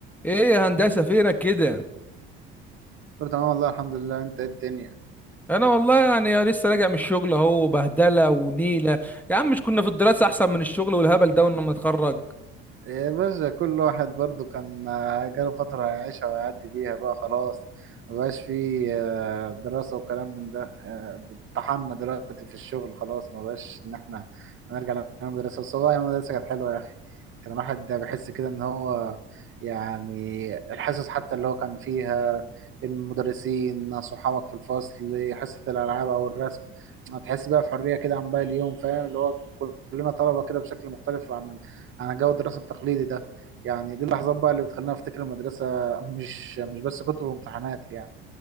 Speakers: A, in the centre; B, on the right.
A: ايه يا هندسه فينك كده
B: كله تمام والله الحمد لله انت ايه الدنيا
A: انا والله يعني لسه راجع من الشغل اهو بهدله ونيله يا عم مش كنا في الدراسه احسن من الشغل والهبل ده ولما نتخرج
B: يا باشا كل واحد برضو كان آه، جاله فترة هيعيشها ويعدي بيها بقى خلاص مبقاش فيه آه، دراسة وكلام من ده آه، طحنا دلوقتي في الشغل خلاص مبقاش إن إحنا هنرجع للمدرسة بس والله أيام المدرسة كانت حلوة يا أخي كان الواحد ده بيحس كده إن هو يعني الحصص حتى اللي هو كان فيها المدرسين صحابك في الفصل حصة الألعاب أو الرسم هتحس بقى في حرية كده عن باقي اليوم فاهم اللي هو كلنا طلبة كده بشكل مختلف عن عن جو الدراسة التقليدي ده يعني دي اللحظات بقى اللي بتخليني افتكر المدرسة مش مش بس كتب وامتحانات يعني